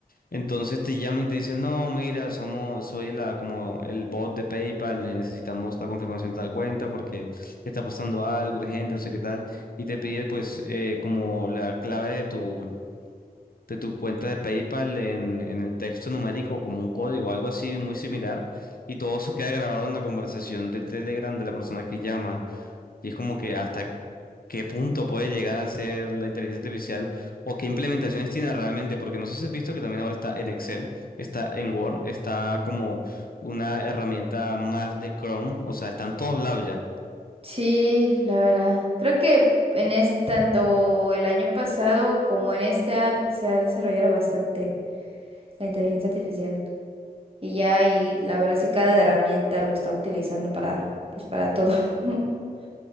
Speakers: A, on the left; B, on the right.
A: Entonces te llaman y te dicen, no, mira, somos, soy la, como el bot de PayPal, eh, necesitamos la confirmación de tal cuenta porque está pasando algo urgente, no sé qué tal, y te pide pues eh, como la clave de tu de tu cuenta de PayPal en, en el texto numérico como un código, algo así muy similar, y todo eso queda grabado en la conversación de Telegram de la persona que llama. Y es como que hasta qué punto puede llegar a ser la inteligencia artificial o qué implementaciones tiene realmente, porque no sé si has visto que también ahora está en Excel, está en Word, está como una herramienta más de Chrome, o sea, está en todos lados ya.
B: sí, la verdad. Creo que en es, tanto el año pasado como en este ha- se ha desarrollado bastante. la inteligencia artificial. Y ya, y la verdad sí cada herramienta lo está utilizando para, pues para todo. <laughs>